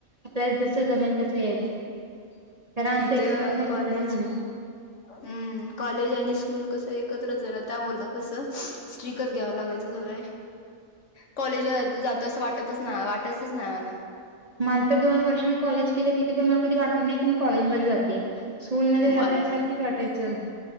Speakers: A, on the right; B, on the left.
A: आपल्याला जस जमेल तसं यायचं. कारण आमचं
B: इथे
A: एक्सटर्नल
B: कॉलेज
A: होतं ना म्हणून.
B: हम्म. कॉलेज आणि स्कूल कसं एकत्रच आहे ना. त्यामूळ कस स्ट्रिकच घ्याव लागायचं सगळ. कॉलेजला जात असं वाटतच नाय. वाटायचच नाही आम्हाला.
A: मला तर दोन वर्ष मी कॉलेज केलं. तिथे पण मला कधी वाटलं नाही की मी कॉलेजमध्ये जाते. स्कूलमध्ये जाताना
B: मला मला
A: सारखेच वाटायचं.